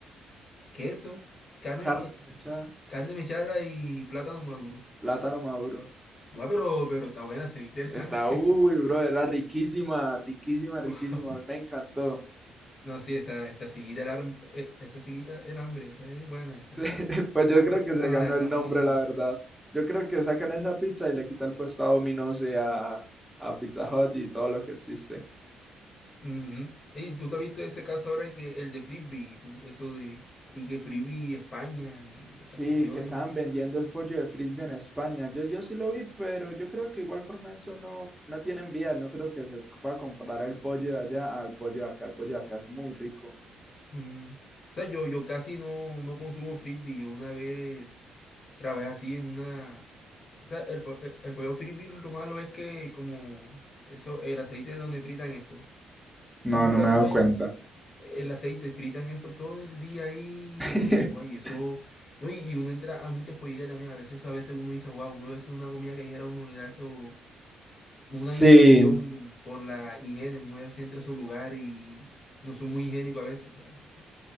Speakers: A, on the left; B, in the centre.
A: Queso, carne,
B: carne
A: eh,
B: mechada,
A: carne mechada y plátano maduro.
B: plátano maduro.
A: Ah, pero, pero está buena, se ve interesante.
B: Está, uy,
A: <laughs>
B: bro, era riquísima, riquísima, riquísima,
A: Oh,
B: a mí me encantó.
A: No, sí, esa, esa siguita era, ham- eh, esa siguita era hambre, esa es buena esa.
B: Sí, <laughs> pues yo creo
A: Pero
B: que
A: esa
B: se
A: nada,
B: ganó
A: esa
B: el nombre,
A: no.
B: la verdad. Yo creo que sacan esa pizza y le quita el puesto a Domino's y a, a Pizza Hut y todo lo que existe.
A: Ujú. Ey, tú te has visto ese caso ahora que el de Frisbee, tú, eso de, y que Frisbee España y esas
B: Sí,
A: cuestiones.
B: que estaban vendiendo el pollo de frisbee en España. Yo, yo sí lo vi, pero yo creo que igual forma eso no, no tiene vía. No creo que se pueda comprar el pollo de allá al pollo de acá. El pollo de acá es muy rico.
A: Mm, O sea, yo, yo casi no, no consumo frisbee. Yo una vez trabajé así en una... o sea, el, po- el, el pollo frisbee lo malo es que como eso, el aceite donde fritan eso. Eso
B: No,
A: dura
B: no me he dado
A: todo el,
B: cuenta.
A: el aceite, fritan eso todo el día ahí.
B: <laughs>
A: Yo digo, ay, eso... No, y, y uno entra a muchas pollerías también. A veces, a veces uno dice, wow, uno a veces una comida callejera, uno le da eso, una
B: Sí,
A: indigestión por la higiene. Uno a veces entra a esos lugares y no son muy higiénicos a veces, ¿sabes? Entonces...